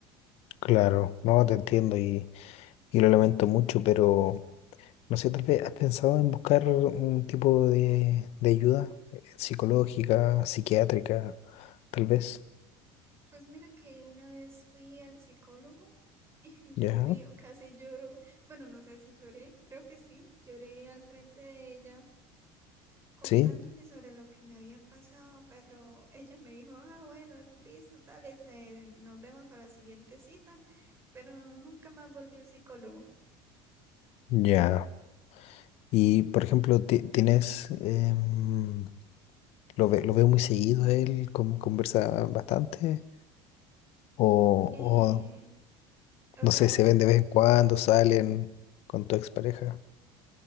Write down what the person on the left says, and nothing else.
claro, no, te entiendo y, y lo lamento mucho, pero. No sé, tal vez has pensado en buscar un tipo de, de ayuda eh, psicológica, psiquiátrica, tal vez.
¿Ya?
¿Sí?
Ya. Y, por ejemplo, ti- tienes... em, lo, ve- lo veo muy seguido, él con- conversa bastante. O,
o,
no
sé, se ven de vez en cuando, salen con tu expareja.